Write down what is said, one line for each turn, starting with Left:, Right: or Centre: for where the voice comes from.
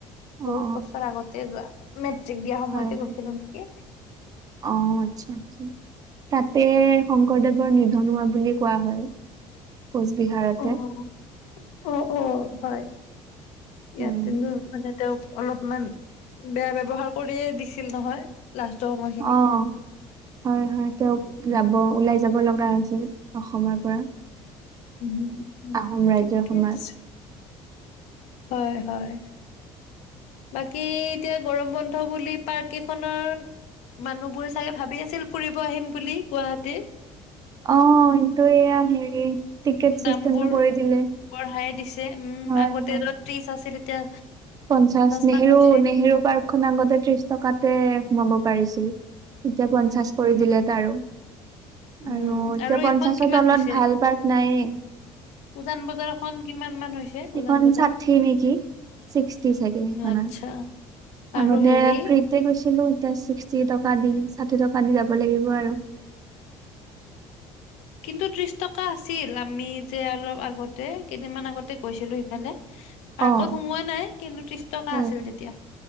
Right: অ অ
Left: বহুত বছৰ আগতে যোৱা ম চেক দিয়া সময়তে
Right: হয় হয়
Left: গৈছিলোঁ নেকি
Right: অ আচ্ছা আচ্ছা তাতে শংকৰদেৱৰ নিধন হোৱা বুলি কোৱা হয় কোচবিহাৰতে
Left: অ', অ', অ' হয়। ইয়াত
Right: হয়
Left: কিন্তু মানে তেওঁক অলপমান বেয়া ব্যৱহাৰ কৰিয়ে দিছিল নহয়। লাষ্টৰ সময়খিনি।
Right: অ' হয়- হয় তেওঁক
Left: উম
Right: যাব ওলাই যাব লগা ছিল অসমৰ পৰা
Left: উম,
Right: আহোম ৰাজ্যৰ
Left: ঠিকে
Right: সময়ত
Left: আছে। হয় হয়। বাকী এতিয়া গৰম বন্ধ বুলি পাৰ্ক কেইখনৰ মানুহবোৰে চাগে ভাবি আছিল ফুৰিব আহিম বুলি গুৱাহাটী।
Right: অ' এটো এয়া হেৰি টিকেট
Left: দামবোৰ
Right: চিষ্টেমটো কৰি দিলে।
Left: বঢ়াই দিছে উম,
Right: হয়
Left: আগতে
Right: হয়
Left: ত্ৰিছ আছিল এতিয়া
Right: পঞ্চাশ নেহেৰু
Left: মান হৈছে
Right: নেহেৰু পাৰ্কখন আগতে ত্ৰিশ টকাতে সোমাব পাৰিছিল। এতিয়া পঞ্চাশ
Left: উম,
Right: কৰি দিলে তাৰো।
Left: উম,
Right: আৰু এতিয়া পঞ্চাশৰ
Left: এইখন কিমান
Right: তলত
Left: হৈছে?
Right: ভাল পাৰ্ক নাইয়ে।
Left: উজান বজাৰৰ খন কিমান। মান হৈছে উজান
Right: এখন
Left: বজাৰ?
Right: ষাঠি নেকি, ছিক্সটি চাগে সেইখনৰ
Left: আচ্ছা আৰু
Right: আগতে
Left: হেৰি
Right: ফ্ৰীতে গৈছিলো এতিয়া ছিক্সটি টকা দি ষাঠি টকা দি যাব। লাগিব আৰু।
Left: কিন্তু ত্ৰিশ টকা আছিল আমি যে অলপ আগতে কেইদিনমান আগতে গৈছিলো সিফালে।
Right: অ'।
Left: পাৰ্কত সোমোৱা নাই কিন্তু ত্ৰিশ টকা
Right: হয়।
Left: আছিল তেতিয়া।